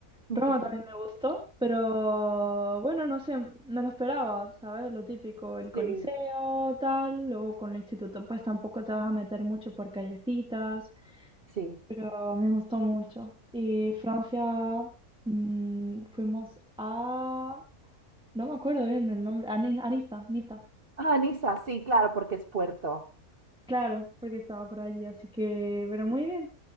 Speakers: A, in the centre; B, on the right.
A: Roma
B: ujú.
A: también me gustó, pero bueno, no sé, me lo esperaba, ¿sabes? Lo típico, el Coliseo,
B: Sí,
A: tal, luego con el instituto, pues tampoco te vas a meter mucho por callecitas,
B: sí.
A: pero me gustó mucho. Y Francia, mm, fuimos a... No me acuerdo bien el nombre, a, Ni- a Niza, Niza.
B: Ah, Niza, sí, claro, porque es puerto.
A: Claro, porque estaba por allí, así que, pero muy bien.